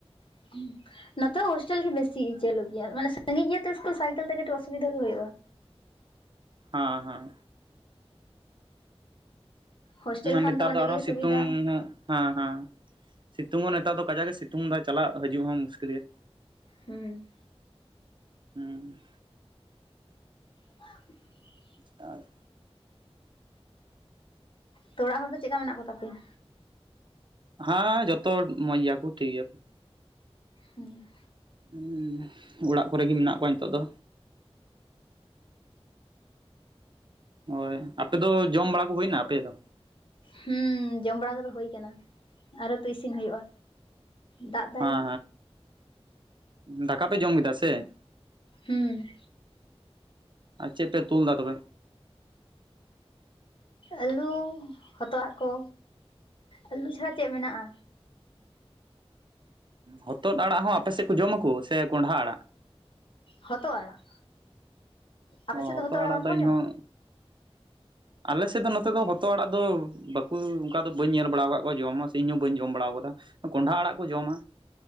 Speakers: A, on the left (about 55°); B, on the right (about 50°).
A: <inaudible> ᱫᱚ ᱦᱳᱥᱴᱮᱞ ᱜᱮ ᱵᱮᱥᱤ ᱪᱟᱹᱞᱩ ᱜᱮᱭᱟ᱾ ᱢᱟᱱᱮ ᱥᱟᱺᱜᱤᱧ ᱜᱮ ᱥᱤᱥᱠᱩᱞ, ᱥᱟᱭᱠᱮᱞ ᱛᱮ ᱠᱟᱹᱴᱤᱡ ᱚᱥᱩᱵᱤᱫᱟ ᱦᱚ ᱦᱩᱭᱩᱜᱼᱟ᱾
B: ᱦᱮᱸ ᱦᱮᱸ
A: ᱦᱳᱥᱴᱮᱞ ᱠᱷᱟᱱ
B: ᱱᱮᱛᱟᱨ
A: ᱚᱸᱰᱮ
B: ᱫᱚ ᱟᱨᱦᱚᱸ
A: ᱜᱮ
B: ᱥᱤᱛᱩᱝ᱾
A: ᱥᱩᱵᱤᱫᱟ
B: ᱦᱮᱸ ᱦᱮᱸ᱾ ᱥᱤᱛᱩᱝ ᱦᱚᱸ ᱱᱮᱛᱟᱨ ᱫᱚ ᱠᱟᱡᱟᱠ ᱜᱮ ᱥᱤᱛᱩᱝ ᱮᱫᱟ᱾ ᱪᱟᱞᱟᱜ ᱦᱤᱡᱩᱜ ᱦᱚᱸ ᱢᱩᱥᱠᱤᱞ ᱜᱮ᱾
A: ᱦᱩᱸ
B: ᱦᱮᱸ
A: <inaudible>
B: ᱟᱨ
A: ᱛᱚ ᱚᱲᱟᱜ ᱦᱚᱲ ᱫᱚ ᱪᱮᱫ ᱞᱮᱠᱟ ᱢᱮᱱᱟᱜ ᱠᱚ ᱛᱟᱯᱮᱭᱟ?
B: ᱦᱮᱸ ᱡᱚᱛᱚ ᱢᱚᱸᱡᱽ ᱜᱮᱭᱟ ᱠᱚ ᱴᱷᱤᱠ ᱜᱮᱭᱟ ᱠᱚ᱾
A: ᱦᱩᱸ
B: ᱦᱮᱸ ᱚᱲᱟᱜ ᱠᱚᱨᱮ ᱜᱮ ᱢᱮᱱᱟᱜ ᱠᱚᱣᱟ ᱱᱤᱛᱚᱜ ᱫᱚ᱾ ᱦᱳᱭ ᱟᱯᱮ ᱫᱚ ᱡᱚᱢ ᱵᱟᱲᱟ ᱠᱚ ᱦᱩᱭᱱᱟ ᱟᱯᱮ ᱫᱚ?
A: ᱦᱩᱸ ᱡᱚᱢ ᱵᱟᱲᱟ ᱠᱚᱫᱚ ᱦᱳᱭ ᱠᱟᱱᱟ ᱟᱨᱚ ᱛᱚ ᱤᱥᱤᱱ ᱦᱳᱭᱳᱜᱼᱟ᱾ ᱫᱟᱜ ᱫᱟᱭ
B: ᱦᱮᱸ ᱫᱟᱠᱟ ᱯᱮ ᱡᱚᱢ ᱠᱮᱫᱟ ᱥᱮ?
A: ᱦᱩᱸ
B: ᱟᱨ ᱪᱮᱜ ᱯᱮ ᱩᱛᱩ ᱞᱮᱫᱟ ᱛᱚᱵᱮ?
A: ᱟᱹᱞᱩ ᱦᱚᱛᱚᱜ ᱟᱲᱟᱜ ᱠᱚ᱾ ᱟᱹᱞᱩ ᱪᱷᱟᱲᱟ ᱪᱮᱜ ᱢᱮᱱᱟᱜᱼᱟ?
B: ᱦᱚᱛᱚᱫ ᱟᱲᱟᱜ ᱦᱚᱸ ᱟᱯᱮᱥᱮᱜ ᱠᱚ ᱡᱚᱢᱟ ᱠᱚ ᱥᱮ ᱠᱚᱸᱰᱷᱟ ᱟᱲᱟᱜ?
A: ᱦᱚᱛᱚᱜ ᱟᱲᱟᱜ᱾ ᱟᱯᱮ
B: ᱚ
A: ᱥᱮᱫ ᱫᱚ
B: ᱦᱚᱛᱚᱫ
A: ᱦᱚᱛᱚᱜ ᱟᱲᱟᱜ ᱵᱟᱝ ᱠᱚ
B: ᱤᱧᱦᱚᱸ
A: ᱡᱚᱢᱟ?
B: ᱟᱞᱮ ᱥᱮᱫ ᱫᱚ ᱱᱚᱛᱮ ᱫᱚ ᱦᱚᱛᱚᱜ ᱟᱲᱟᱜ ᱫᱚ ᱵᱟᱠᱚ ᱚᱝᱠᱟ ᱫᱚ ᱵᱟᱹᱧ ᱧᱮᱞ ᱵᱟᱲᱟᱣ ᱠᱟᱜ ᱠᱚᱣᱟ᱾ ᱡᱚᱢ ᱦᱚᱸ ᱥᱮ ᱤᱧ ᱦᱚᱸ ᱵᱟᱹᱧ ᱡᱚᱢ ᱵᱟᱲᱟᱣ ᱠᱟᱫᱟ᱾ ᱠᱚᱸᱰᱷᱟ ᱟᱲᱟᱜ ᱠᱚ ᱡᱚᱢᱟ᱾